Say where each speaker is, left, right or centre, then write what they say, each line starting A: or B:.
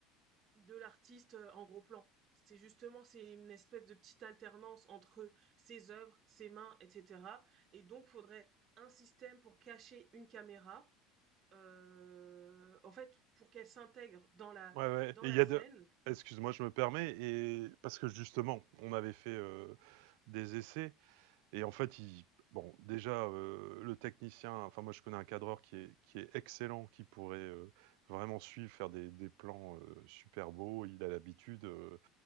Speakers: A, on the right; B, on the right.
A: de l'artiste, heu, en gros plan. C'est justement c'est une espèce de petite alternance entre ses œuvres, ses mains et cetera et donc faudrait un système pour cacher une caméra Heu, en fait, pour qu'elle s'intègre dans la
B: Ouais, ouais
A: dans
B: et
A: la
B: il y
A: scène
B: a de excuse-moi, je me permets et parce que justement, on avait fait, heu, des essais et en fait, il bon, déjà, heu, le technicien enfin moi, je connais un cadreur qui est qui est excellent, qui pourrait, heu, vraiment suivre, faire des des plans, heu, super beaux. Il a l'habitude, heu,